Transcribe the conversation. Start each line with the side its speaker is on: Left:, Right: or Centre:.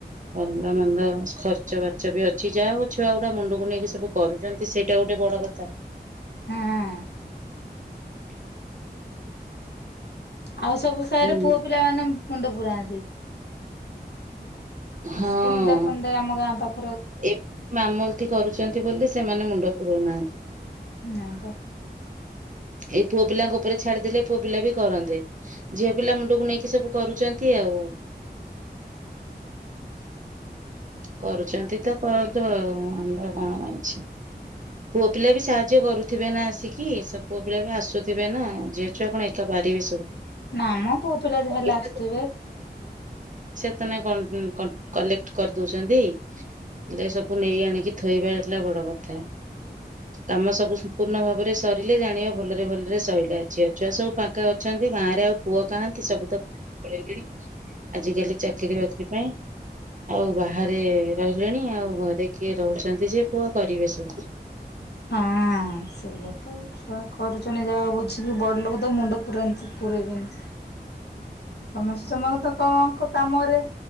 Right: ମନ୍ଦ ମନ୍ଦ ଖର୍ଚ ବାର୍ଚ୍ଚ ବି ଅଛି ଯାହା ହଉ ଛୁଆ ଗୁଡା ମୁଣ୍ଡକୁ ନେଇକି ସବୁ କରୁଛନ୍ତି ସେଇଟା ଗୋଟେ ବଡ କଥା।
Left: ହଁ
Right: <inaudible>
Left: ଆଉ ସବୁ ସାରେ
Right: ହୁଁ
Left: ପୁଅ ପିଲା ମାନେ। ମୁଣ୍ଡ ପରାନ୍ତି।
Right: ହଁ
Left: ଆସ କୁନ୍ଦା ଫୁନ୍ଦା ଆମ ଗାଁ ପାଖ
Right: ଏ ମାମଲତି କରୁଚନ୍ତି ବୋଲି ସେମାନେ ମୁଣ୍ଡ ପୁରଉନାହାନ୍ତି।
Left: ନାପା।
Right: ଏଇ ପୁଅ ପିଲାଙ୍କ ଉପରେ ଛାଡିଦେଲେ ପୁଅ ପିଲା ବି କରନ୍ତେ ଝିଅ ପିଲା ମୁଣ୍ଡକୁ ନେଇକି ସବୁ କରୁଛନ୍ତି ଆଉ। କରୁଚନ୍ତି ତ କଅନ୍ତୁ ଆଉ ଆମର କଣ ଅଛି ପୁଅ ପିଲା ବି ସାହାଯ୍ୟ କରୁଥିବେ ନା ଆସିକି ସ ପୁଅ ପିଲା ବି ଆସୁଥିବେ ନା ଝିଅ ଛୁଆ କଣ ଏକା ପାରିବେ ସବୁ।
Left: ନା ମ ପୁଅ ପିଲା ଯା ହେଲେ
Right: ପଇସା
Left: ଆସୁଥିବେ।
Right: <unintelligible> କଲେକ୍ଟ କରି ଦଉଚନ୍ତି ହେଲେ ସବୁ ନେଇ ଆଣିକି ଥୋଇବା ହେଲା ବଡ କଥା କାମ ସବୁ ସମ୍ପୂର୍ଣ୍ଣ ଭାବରେ ସରିଲେ ଜାଣିବା ଭଲରେ ଭଲରେ ସରିଲା ଝିଅ ଛୁଆ ସବୁ ଫାଙ୍କା ଅଛନ୍ତି ଗାଁ ରେ ଆଉ ପୁଅ କାହାନ୍ତି ସବୁ ତ ପଳେଇଣି ଆଜିିକାଲି ଚାକିରି ବାକିରି ପାଇଁ ଆ ଆଉ ବାହାରେ ରହିଲେଣି ଆଉ ଘରେ କିଏ ରହୁଚନ୍ତି ଯେ ପୁଅ କରିବେ ସବୁ।
Left: ହଁ ସେଇଆ ତ ଆଉ ଛୁଆ କରୁଚନ୍ତି ଯାହାହୋଉ ବୁଝିକି ବଡ ଲୋକ ତ ମୁଣ୍ଡ ପୁରାନ୍ତି ପୁରାଇବେନି। ତମେ ସମସ୍ତକଙ୍କ କାମରେ